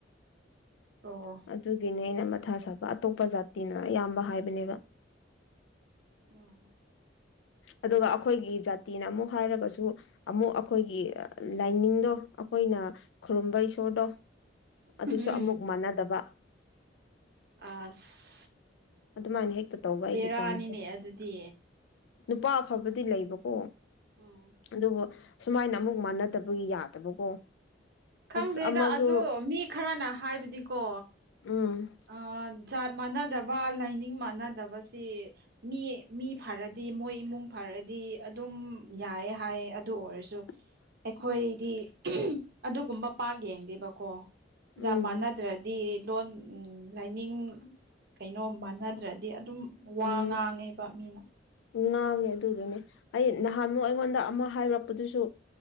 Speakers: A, on the right (about 60°); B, on the left (about 70°).
A: ꯑꯣ
B: ꯑꯗꯨꯒꯤꯅꯦ ꯑꯩꯅ ꯃꯊꯥ ꯁꯥꯕ ꯑꯇꯣꯞꯄ ꯖꯥꯇꯤꯅ ꯑꯌꯥꯝꯕ ꯍꯥꯏꯕꯅꯦꯕ
A: ꯎꯝ
B: ꯑꯗꯨꯒ ꯑꯩꯈꯣꯏꯒꯤ ꯖꯥꯇꯤꯅ ꯑꯃꯨꯛ ꯍꯥꯏꯔꯒꯁꯨ ꯑꯃꯨꯛ ꯑꯩꯈꯣꯏꯒꯤ ꯂꯥꯏꯅꯤꯡꯗꯣ ꯑꯩꯈꯣꯏꯅ ꯈꯨꯔꯨꯝꯕ ꯏꯁꯣꯔꯗꯣ ꯑꯗꯨꯁꯨ
A: ꯎꯝ
B: ꯑꯃꯨꯛ ꯃꯥꯟꯅꯗꯕ
A: ꯑꯁ
B: ꯑꯗꯨꯃꯥꯏꯅ ꯍꯦꯛꯇ ꯇꯧꯕ ꯑꯩꯒꯤ
A: ꯕꯦꯔꯥꯅꯤꯅꯦ
B: ꯆꯥꯟꯁꯁꯦ
A: ꯑꯗꯨꯗꯤ
B: ꯅꯨꯄꯥ ꯑꯐꯕꯗꯤ ꯂꯩꯕꯀꯣ
A: ꯎꯝ
B: ꯑꯗꯨꯕꯨ ꯁꯨꯃꯥꯏꯅ ꯑꯃꯨꯛ ꯃꯥꯟꯅꯗꯕꯒꯤ ꯌꯥꯗꯕꯀꯣ
A: ꯈꯪꯗꯦꯗ
B: ꯑꯁ ꯑꯃꯁꯨ
A: ꯑꯗꯨ ꯃꯤ ꯈꯔꯅ ꯍꯥꯏꯕꯗꯤꯀꯣ
B: ꯎꯝ
A: ꯑ ꯖꯥꯠ ꯃꯥꯟꯅꯗꯕ ꯂꯥꯏꯅꯤꯡ ꯃꯥꯟꯅꯗꯕꯁꯤ ꯃꯤ ꯃꯤ ꯐꯔꯗꯤ ꯃꯣꯏ ꯏꯃꯨꯡ ꯐꯔꯗꯤ ꯑꯗꯨꯝ ꯌꯥꯏꯌꯦ ꯍꯥꯏ ꯑꯗꯨ ꯑꯣꯏꯔꯁꯨ
B: <inaudible>
A: ꯑꯩꯈꯣꯏꯗꯤ ꯑꯗꯨꯒꯨꯝꯕ ꯄꯥꯛ ꯌꯦꯡꯗꯦꯕꯀꯣ ꯖꯥꯠ
B: ꯎꯝ
A: ꯃꯥꯟꯅꯗ꯭ꯔꯗꯤ ꯗꯤ ꯂꯣꯟ ꯂꯥꯏꯅꯤꯡ ꯀꯩꯅꯣ ꯃꯥꯟꯅꯗ꯭ꯔꯗꯤ ꯑꯗꯨꯝ ꯋꯥ
B: ꯎꯝ
A: ꯉꯥꯡꯉꯦꯕ ꯃꯤꯅ
B: ꯉꯥꯡꯉꯦ ꯑꯗꯨꯒꯤꯅꯦ ꯑꯩ ꯅꯍꯥꯟꯛ ꯑꯩꯉꯣꯟꯗ ꯑꯃ ꯍꯥꯏꯔꯛꯄꯗꯨꯁꯨ